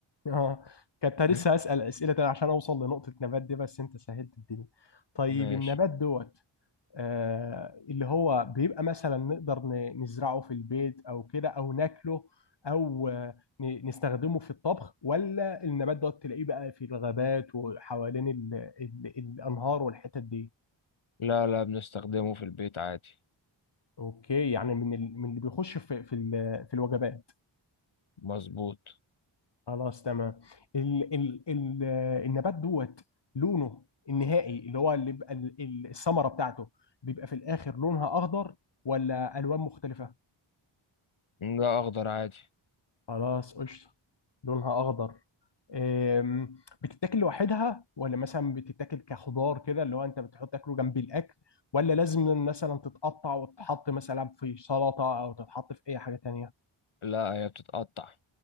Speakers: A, on the left; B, on the left.
A: اه كنت لسه
B: <laughs>
A: هسأل أسئلة تانية عشان أوصل لنقطة نبات دي بس أنت سهلت الدنيا طيب
B: ماشي
A: النبات دوت آه اللي هو بيبقى مثلا نقدر ن- نزرعه في البيت أو كده أو ناكله أو آه، ن- نستخدمه في الطبخ ولا النبات دوت تلاقيه بقى في الغابات وحوالين ال ال الأنهار والحتت دي
B: لا لا بنستخدمه في البيت عادي
A: أوكي يعني من ال- من اللي بيخش في في ال- في الوجبات
B: مظبوط
A: خلاص تمام ال ال ال النبات دوت لونه النهائي اللي هو اللي بيبقى ال- ال- الثمره بتاعته بيبقى في الاخر لونها اخضر ولا الوان مختلفه
B: لا اخضر عادي
A: خلاص قشطه لونها اخضر أم، بتتاكل لوحدها ولا مثلا بتتاكل كخضار كده اللي هو انت بتحط تاكله جنب الاكل ولا لازم مثلا تتقطع وتتحط مثلا في سلطه او تتحط في اي حاجه تانية
B: لا هي بتتقطع